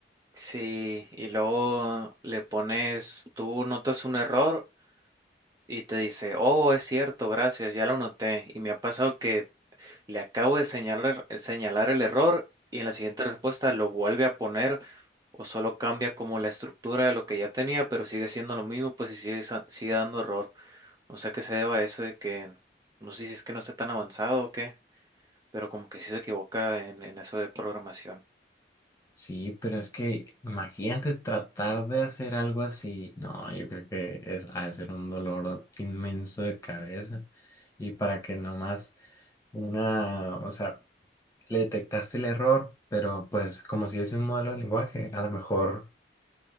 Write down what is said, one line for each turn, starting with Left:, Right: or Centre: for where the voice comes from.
Right: Sí, y luego le pones, tú notas un error y te dice, oh, es cierto, gracias, ya lo noté. Y me ha pasado que Le acabo de señalar, señalar el error y en la siguiente respuesta lo vuelve a poner o solo cambia como la estructura de lo que ya tenía, pero sigue siendo lo mismo, pues y sigue, sa- sigue dando error. No sé a qué se deba eso de que, no sé si es que no esté tan avanzado o qué, pero como que sí se equivoca en, en eso de programación.
Left: Sí, pero es que imagínate tratar de hacer algo así. No, yo creo que es ha de ser un dolor inmenso de cabeza. Y para que nomás una, o sea, le detectaste el error, pero pues como si es un modelo de lenguaje, a lo mejor,